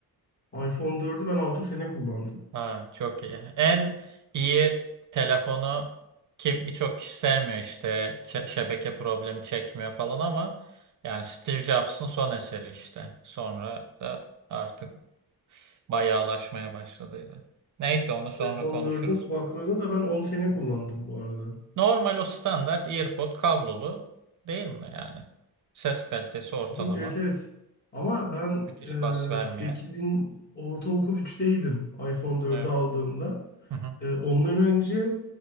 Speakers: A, on the left (about 25°); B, on the right (about 50°).
A: iPhone 4'ü ben 6 sene kullandım.
B: Ha, çok iyi. En iyi telefonu ki birçok kişi sevmiyor işte çe- şebeke problemi çekmiyor falan ama yani Steve Jobs'ın son eseri işte. Sonra da artık bayağılaşmaya başladıydı. Neyse onu sonra
A: iPhone
B: konuşuruz.
A: 4'ün kulaklığını da ben 10 sene
B: Hı
A: kullandım
B: hı.
A: bu arada.
B: Normal o standart AirPod kablolu değil mi yani? Ses kalitesi ortalama.
A: Hı, Evet evet. Ama ben
B: Müthiş bas vermeyen.
A: e, 8'in ortaokul üçteydim iPhone 4'ü
B: Evet.
A: aldığımda.
B: Hı hı.
A: E, ondan önce